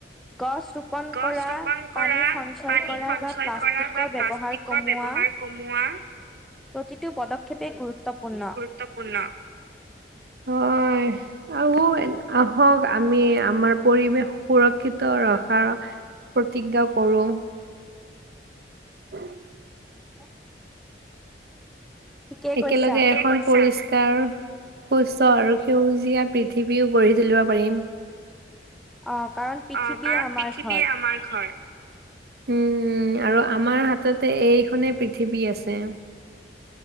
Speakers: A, in the centre; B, on the right (about 55°).
A: গছ ৰোপন
B: গছ
A: কৰা,
B: ৰোপন
A: পানী
B: কৰা,
A: সঞ্চয়
B: পানী
A: কৰা
B: সঞ্চয়
A: বা প্লাষ্টিকৰ
B: কৰা বা
A: ব্যৱহাৰ
B: প্লাষ্টিকৰ
A: কমোৱা
B: ব্যৱহাৰ কমোৱা-
A: প্ৰতিটো পদক্ষেপেই গুৰুত্বপূৰ্ণ।
B: গুৰুত্বপূৰ্ণ। হয়, আউ আহক আমি আমাৰ পৰিৱেশ সুৰক্ষিত ৰখাৰ প্ৰতিজ্ঞা কৰোঁ। <unintelligible>
A: <unintelligible> ঠিকেই
B: একেলগে
A: কৈছা।
B: এখন পৰিষ্কাৰ সুস্থ আৰু সেউজীয়া পৃথিৱীও গঢ়ি তুলিব পাৰিম।
A: অ', কাৰণ পৃথিৱীয়ে
B: অ', কাৰণ
A: আমাৰ
B: পৃথিৱীয়ে
A: ঘৰ।
B: আমাৰ ঘৰ। উম, আৰু আমাৰ হাততে এইখনেই পৃথিৱী আছে।